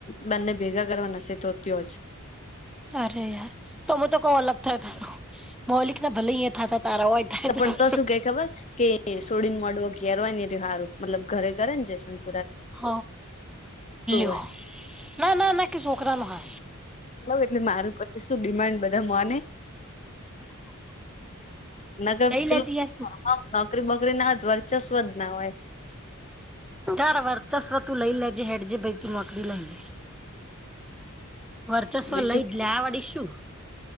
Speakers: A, on the left; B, in the centre.
A: બંને ભેગા કરવા નસે તો તયો જ
B: અરે યાર તોમેું તો કઉ અલગ થાય તારું મૌલિક ના ભલે અહીંયા થતા તારા હોય થાય
A: પણ
B: તારું
A: તો શું ક ખબર કે સોડીન મોડવ કેરો ને તિહારો મતલબ ઘરે ઘર જ
B: હ લ
A: હોય
B: ના ના ના કેસું ઓકરા નહય
A: એટલે મારું પાસે શું ડિમાન્ડ બધા મોને ના કે
B: લઈ
A: પેલું
B: લેજે યાર તું
A: નોકરી બકરી ના દ વાર ચસ્વત ના હોયજ
B: તર વર્ચસ્વતું લઈ લેજે હેડ જેે ભાઈ મકડી લઈ લે વર્ચસ્વ
A: બીજું
B: લઈ જ લે આ વાળી શું